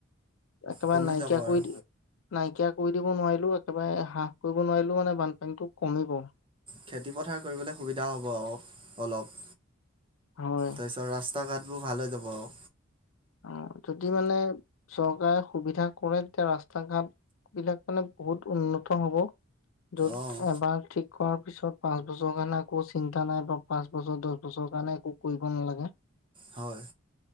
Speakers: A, on the left; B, on the right.
A: একেবাৰে
B: কমি
A: নাইকিয়া
B: যাব আৰু
A: কৰি দিলে নাইকিয়া কৰি দিব নোৱাৰিলোঁ একেবাৰে হ্ৰাস কৰিব নোৱাৰিলোও মানে বানপানীতটো কমিব।
B: খেতিপথাৰ কৰিবলে সুবিধা হ'ব আৰু অলপ।
A: হয়।
B: তাৰপিছত, ৰাস্তা ঘাটবোৰ ভাল হৈ যাব আৰু।
A: অ, যদি মানে, চৰকাৰে সুবিধা কৰে, তেতিয়া ৰাস্তা ঘাট বিলাক মানে, বহুত উন্নত হব। য'ত
B: অঁ
A: এবাৰ ঠিক কৰা পিছত পাঁচ বছৰ কাৰণে একো চিন্তা নাই, বা পাঁচ বছৰ দছ বছৰ কাৰণে এক কৰিব নালাগে।
B: হয়!